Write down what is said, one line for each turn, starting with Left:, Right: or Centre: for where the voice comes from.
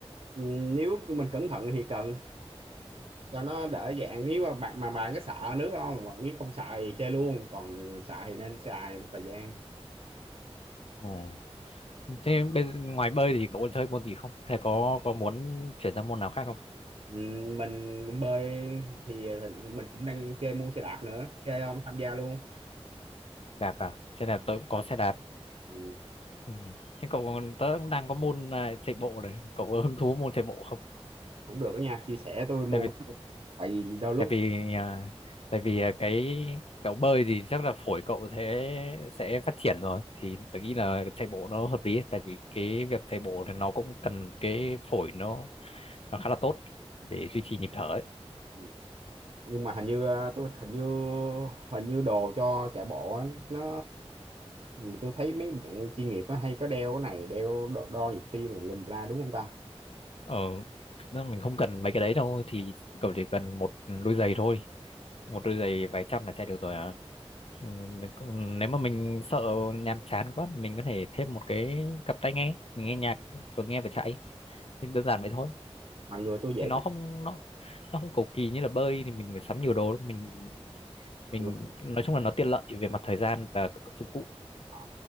Right: Ừ, nếu mình cẩn thận thì cần cho nó đỡ dạng nếu mà bạn mà bạn có sợ nước không hoặc nếu không sợ thì chơi luôn còn sợ thì nên xài một thời gian
Left: Ồ. Thế bây giờ, ngoài bơi thì có chơi môn gì không? Hay là có có muốn chuyển sang môn nào khác không?
Right: Ừm, mình bơi thì thì mình cũng đang chơi môn xe đạp nữa chơi không tham gia luôn
Left: Đạp à? Xe đạp tôi cũng có xe đạp.
Right: ừ,
Left: Ừ. Thế cậu còn tớ cũng đang có môn à, chạy bộ đấy. Cậu có hứng thú môn chạy bộ không?
Right: cũng được đó nha chia sẻ tôi môn
Left: Tại vì
Right: đó. tại vì đôi lúc
Left: tại vì à, tại vì à, cái cậu bơi thì chắc là phổi cậu sẽ sẽ phát triển rồi thì tôi nghĩ là chạy bộ nó hợp lý tại vì cái việc chạy bộ thì nó cũng cần cái phổi nó nó khá là tốt để duy trì nhịp thở ấy.
Right: ừ, nhưng mà hình như ờ, tôi hình như hình như đồ cho chạy bộ á, nó ừ, tôi thấy mấy bạn chuyên nghiệp á, hay có đeo cái này đeo đo, đo nhịp tim rồi lùm la đúng không ta
Left: Ờ, thực ra mình không cần mấy cái đấy đâu thì cậu chỉ cần một đôi giày thôi một đôi giày vài trăm là chạy được rồi à Ừ, mình cũng- nếu mà mình sợ nhàm chán quá mình có thể thêm một cái cặp tai nghe mình nghe nhạc vừa nghe vừa chạy thì đơn giản vậy thôi
Right: mà người tôi dễ
Left: thì nó
Right: khát
Left: không nó nó không cầu kỳ như là bơi thì mình phải sắm nhiều đồ đâu. mình mình
Right: người
Left: nói chung là nó tiện lợi về mặt thời gian và các dụng cụ
Right: à,